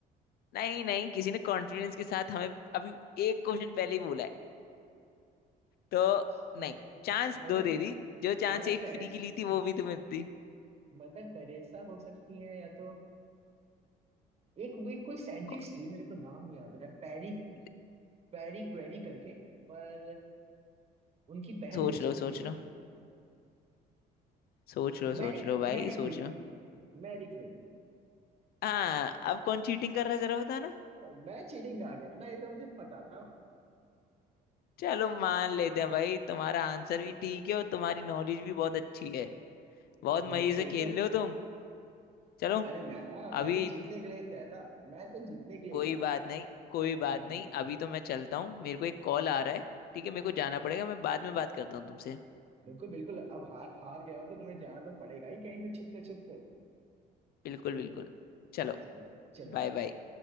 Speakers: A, on the left; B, on the right.
A: नहीं नहीं किसी ने कॉन्फिडेंस के साथ हमें अभी एक क्वेश्चन पहले ही बोला है तो
B: अच्छा,
A: नहीं चांस
B: mother
A: दो दे दी जो चांस
B: mother
A: एक
B: Teresa
A: फ्री की ली थी वो भी तुम्हें दी
B: mother Teresa हो सकती है या तो एक वे कोई साइंटिस्ट
A: कौन-
B: थी मेरे को नाम नहीं याद रहा पैरी
A: दे-
B: पैरी क्वेरी करके पर उनकी बहन
A: सोच
B: भी हो
A: लो
B: सकती
A: सोच
B: है
A: लो सोच लो
B: Marie
A: सोच लो भाई
B: Marie Curie
A: सोच लो
B: Marie Curie
A: हाँ अब कौन चीटिंग कर रहा है जरा बताना
B: तो मैं चीटिंग कहाँ कर रहा है ये तो मुझे पता था
A: चलो मान लेते हैं भाई तुम्हारा आंसर भी ठीक है और तुम्हारी नॉलेज भी बहुत अच्छी है बहुत
B: बिल्कुल
A: मजे से
B: बिल्कुल
A: खेल रहे हो तुम चलो
B: अरे ना ना मैं
A: अभी
B: तो
A: इतनी
B: जीतने के लिए तय था मैं तो जीतने के लिए
A: कोई
B: था
A: बात नहीं कोई बात
B: हम्म,
A: नहीं अभी तो मैं चलता हूँ मेरे को एक कॉल आ रहा है ठीक है मेरे को जाना पड़ेगा मैं बाद में बात करता हूँ तुमसे
B: बिल्कुल बिल्कुल अब हार हार गए हो तो तुम्हें जाना तो पड़ेगा ही कहीं से छुपते छुपते
A: बिल्कुल बिल्कुल चलो
B: चलो चलो
A: Bye
B: ठीक
A: bye
B: है